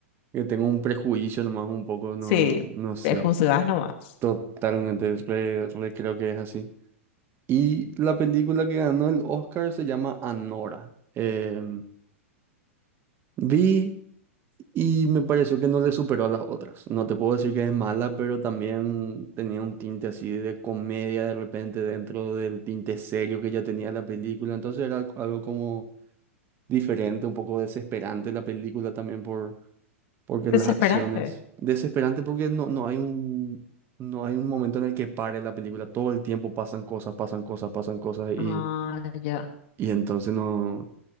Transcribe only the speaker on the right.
que tengo un prejuicio nomás, un poco, no,
no sé,
totalmente, re- re creo que es así. Y la película que ganó el Oscar se llama Anora. Eh, vi Y me pareció que no le superó a las otras. No te puedo decir que es mala, pero también tenía un tinte así de comedia de repente dentro del tinte serio que ya tenía la película. Entonces era algo algo como diferente, un poco desesperante la película también por, porque las
acciones. Desesperante porque no, no hay un, no hay un momento en el que pare la película. Todo el tiempo pasan cosas, pasan cosas, pasan cosas y,
y entonces no